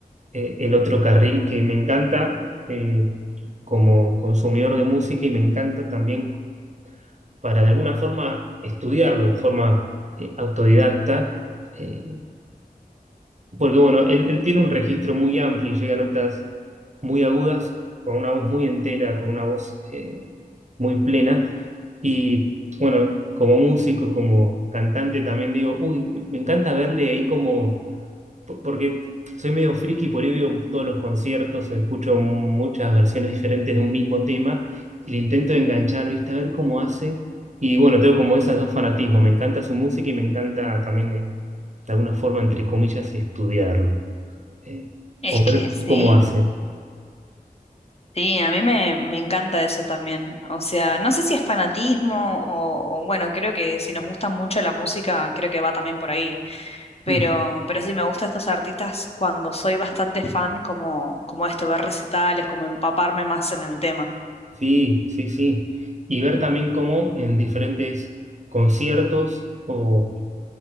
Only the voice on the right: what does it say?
eh, el otro carril que me encanta eh, como consumidor de música y me encanta también para de alguna forma estudiarlo de forma eh, autodidacta, eh, porque bueno, él, él tiene un registro muy amplio y llega a notas muy agudas, con una voz muy entera, con una voz eh, muy plena. Y bueno, como músico, como cantante también digo, uy, me, me encanta verle ahí como po- porque soy medio friki, por ahí veo todos los conciertos, escucho muchas versiones diferentes de un mismo tema y le intento enganchar, ¿viste? A ver cómo hace. Y bueno, tengo como esos dos fanatismos, me encanta su música y me encanta también, eh, de alguna forma, entre comillas, estudiarlo, eh,
o
ver
cómo hace.
Ujú.
Sí, sí, sí. Y ver también cómo en diferentes conciertos, o